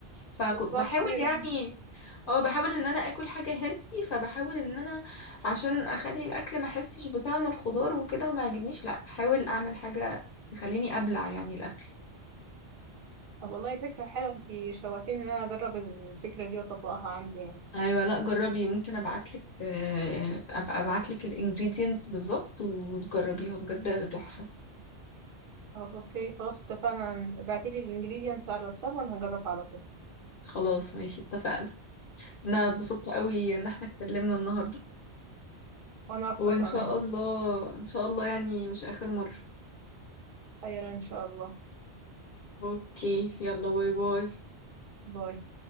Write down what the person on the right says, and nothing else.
بالظبط
هي
لما-
طب والله فكرة حلوة انتي شوقتيني ان انا اجرب الفكرة دي واطبقها عندي يعني
طب اوكي خلاص اتفقنا ابعتيلي الانجريدينتس على الواتساب وانا هجربها على طول
وانا اكتر
بامان
خير ان شاء الله
باي